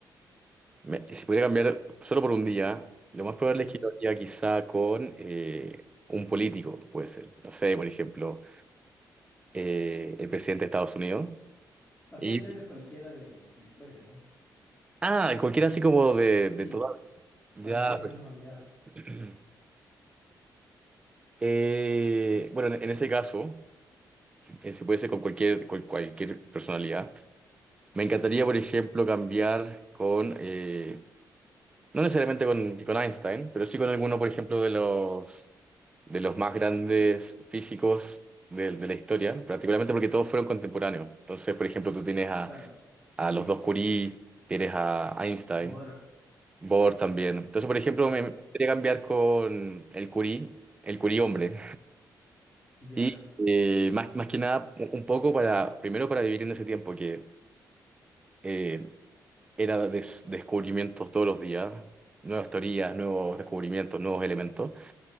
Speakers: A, on the right; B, on the left.
A: me- Si pudiera cambiar solo por un día, lo más probable
B: Ujú.
A: es que yo iría quizá con eh, un político, puede ser. No sé, por ejemplo, eh, el presidente de Estados Unidos.
B: O sea,
A: Y,
B: puede ser de cualquiera del- de la historia, ¿no?
A: ah, cualquiera así como de,
B: Sí,
A: de toda... Ya,
B: cualquier
A: pues.
B: personalidad.
A: <clears throat> Eh, bueno, en en ese caso, eh, se puede hacer con cualquier, cual- cualquier personalidad. Me encantaría, por ejemplo, cambiar con, eh, no necesariamente con, con Einstein, pero sí con alguno, por ejemplo, de los, de los más grandes físicos de, de la historia, particularmente porque todos fueron contemporáneos. Entonces, por ejemplo, tú tienes a,
B: Claro.
A: a los dos Curie, tienes a Einstein.
B: Bor.
A: Bor también. Entonces, por ejemplo,
B: Ajá.
A: me me gustaría cambiar con el Curí, el Curí hombre.
B: Ya.
A: Y eh, más, más que nada, u- un poco para, primero para vivir en ese tiempo que eh, era des- descubrimientos todos los días, nuevas teorías, nuevos descubrimientos, nuevos elementos.